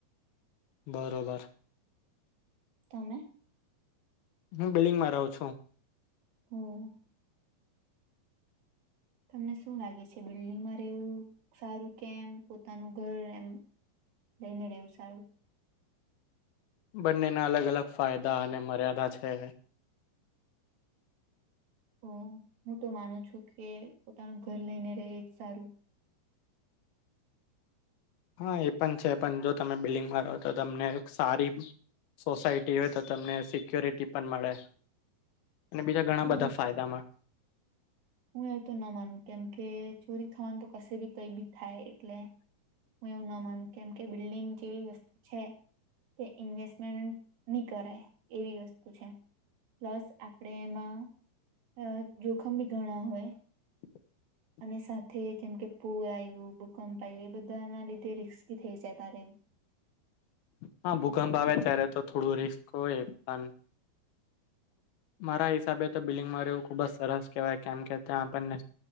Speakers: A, on the left (about 75°); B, on the right (about 70°).
A: બરોબર
B: તમે
A: હું બિલ્ડિંગમાં રહુ છુ.
B: હમ્મ તમને શું લાગે છે બિલ્ડિંગમાં રહેવું સારું કેમ પોતાનું ઘર એમ લઈને રહેવું સારું
A: બંનેના અલગ અલગ ફાયદા અને મર્યાદા છે ને
B: એમ હું તો માનુ છુ કે પોતાનું ઘર લઈને રે એજ સારુ
A: હા એ પણ છે પણ જો તમે બિલ્ડિંગમાં રહો તો તમને સારી સોસાયટી હોય તો તમને સિક્યોરિટી પણ મળે અને બીજા ઘણા
B: હું
A: બધા
B: એવું
A: ફાયદામાં
B: હું એવું તો ના માનું કેમ કે ચોરી થવાનું તો કશે બી કઈ બી થાય એટલે હું એવું ના માનું કેમ કે બિલ્ડિંગ જેવી વસ્તુ છે તે ઇન્વેસ્ટમેન્ટ ની કરાય એવી વસ્તુ છે. પ્લસ આપણે એમાં અ જોખમ બી ઘણા હોય.
A: <inaudible>
B: અને સાથે જેમ કે પૂર આવ્યું ભૂકંપ આયવો એ બધા ના લીધે રિસ્કી થઈ જાય તારે
A: હા ભૂકંપ આવે ત્યારે તો થોડું રિસ્ક હોય પણ મારા હિસાબે તો બિલ્ડિંગ મા રેવુ ખુબ જ સરસ કેહેવાય કેમ કે ત્યાં આપણને